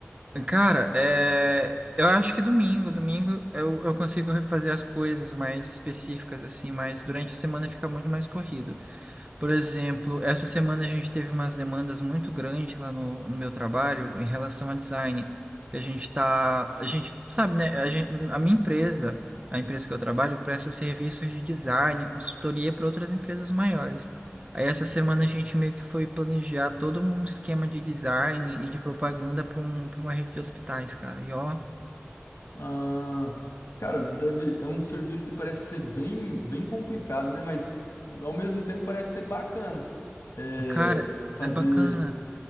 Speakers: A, on the right; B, on the left.
A: cara, é... eu acho que domingo, domingo eu, eu consigo fazer as coisas mais específicas, assim, mas durante a semana fica muito mais corrido. Por exemplo, essa semana a gente teve umas demandas muito grandes lá no, no meu trabalho em relação a design. Que a gente tá a gente sabe, né? A gente, a minha empresa, a empresa que eu trabalho, presta serviços de design, consultoria para outras empresas maiores. Aí essa semana a gente meio que foi planejar todo um esquema de design e de propaganda para um, para uma rede de hospitais, cara. E ó,
B: Ah, cara, deve, é um serviço que parece ser bem, bem complicado, né? Mas ao mesmo tempo parece ser bacana. É,
A: cara,
B: fazer,
A: é bacana.